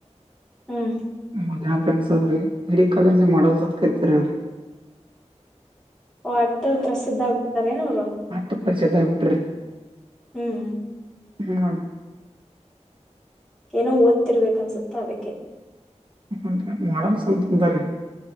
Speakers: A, in the centre; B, on the right (about 45°).
A: ಹ್ಮ್
B: <unintelligible> ಇಡೀ ಕಾಲೇಜ್ ಮಾಡಲ್ ಅತ್ ಕರ್ತರಿ ಅವ್ರಿಗಿ
A: ಓ ಅಟ್ಟ ಪ್ರಸಿದ್ಧ ಆಗ್ಬಿಟಾರ ಅವ್ರು
B: ಅಟ್ಟ ಪ್ರಸಿದ್ಧಿ ಆಗ್ ಬಿಟ್ಟಿರಿ
A: ಹ್ಮ್
B: <unintelligible>
A: ಏನೋ ಓದ್ತಿರ್ಬೇಕನ್ಸುತ್ತ ಅದಕ್ಕೆೆ
B: <unintelligible> ಮಾಡಲ್ಸ್ಂತ ಅಂದ್ರೀ